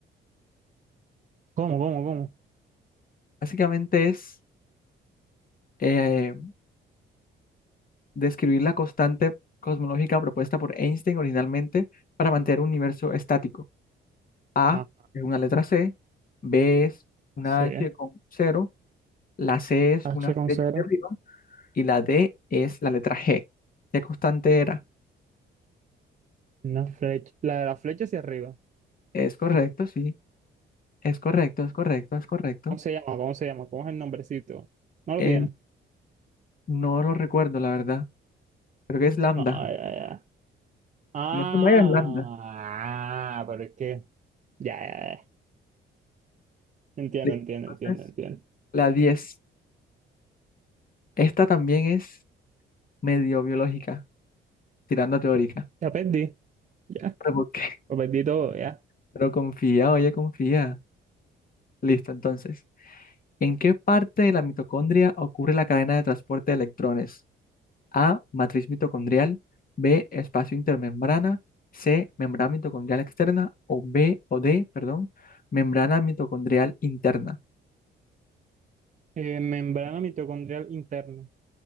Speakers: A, on the right; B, on the left.
A: ¿Cómo, cómo, cómo?
B: Básicamente es eh, describir la constante cosmológica propuesta por Einstein originalmente para mantener un universo estático. A
A: Ah,
B: es una letra C, B es una
A: sí.
B: H
A: eh.
B: con cero, la C es
A: H
B: una
A: con
B: flecha
A: cero.
B: hacia arriba y la D es la letra G. ¿Qué constante era?
A: Una flecha. La de la flecha hacia arriba.
B: Es correcto, sí, es correcto, es correcto, es correcto.
A: ¿Cómo se llama? ¿Cómo se llama? ¿Cómo es el nombrecito? No
B: Eh,
A: lo tiene.
B: no lo recuerdo, la verdad. Creo que es lambda.
A: Ah, ya, ya. Ah,
B: No se me es lambda.
A: ah, pero es que. Ya, ya, ya. Entiendo,
B: Listo,
A: entiendo, entiendo,
B: Entonces,
A: entiendo.
B: la 10. Esta también es medio biológica, tirando a teórica.
A: Ya perdí.
B: <laughs>
A: Ya.
B: ¿Pero por qué?
A: Lo perdí todo, ya.
B: Pero confía, oye, confía. Listo, entonces. ¿En qué parte de la mitocondria ocurre la cadena de transporte de electrones? A. Matriz mitocondrial. B. Espacio intermembrana. C. Membrana mitocondrial externa. O B o D, perdón, membrana mitocondrial interna.
A: Eh, membrana mitocondrial interna.